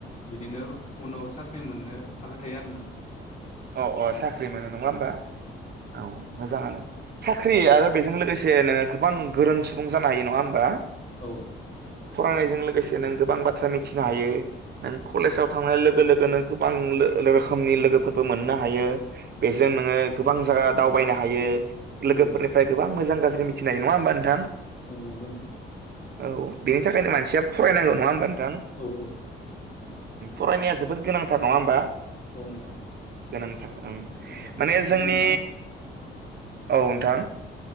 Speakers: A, on the left; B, on the right.
A: बिदिनो उनाव साख्रि मोननो आखा थायो आरोना।
B: अ अ साख्रि मोनो नङा होमबा औ मोजाङानो साख्रि
A: औ
B: आरो बेजों लो गोसे नोङो गोबां गोरों सुबुं जानो हायो नङा होमबा
A: औ
B: फरायनायजों लोगोसे नों गोबां बाथ्रा मिथिनो हायो। नों कलेजाव थांनाय लोगो लोगो नों गोबां लो रोखोमनि लोगोफोर हायो। बेजों नोङो गोबां जायगा दावबायनो हायो लोगोफोरनिफ्राय
A: औ
B: गोबां मोजां गाज्रि मिथिनाय नङा होनबा नोंथां?
A: औ नंगौ नोंथां।
B: औ। बेनि थाखायनो मानसिया फरायनांगोन नङा होमबा
A: औ औ
B: फरायनाया जोबोद गोनांथार नङा होमबा?
A: औ नोंथां
B: गोनां ओं
A: औ
B: माने
A: दे
B: जोंनि
A: नोंथां
B: औ नोंथां